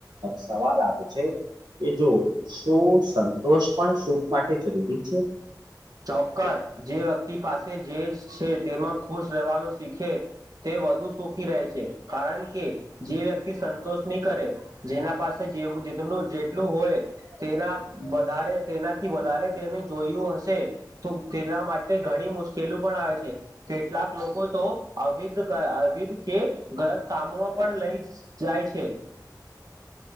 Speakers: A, on the right; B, on the right.
A: સવાલ આવે છે એ જોવ શું સંતોષ પણ સુખ માટે જરૂરી છે?
B: ચોક્કસ જે વ્યક્તિ પાસે જે શે તેમાં ખુશ રહેવાનું શીખે તે વધુ સુખી રહે છે. કારણ કે જે વ્યક્તિ સંતોષ નહીં કરે, જેના પાસે જેવુ જેટલું જેટલું હોય, તેના વધારે તેનાથી વધારે તેને જોયું હશે તો તેના માટે ઘણી મુશ્કેલી પણ આવે છે. કેટલાક લોકો તો અવિધ કયા અવિધ કે ગલત કામોમાં પણ લઈ જાય છે. <unintelligible>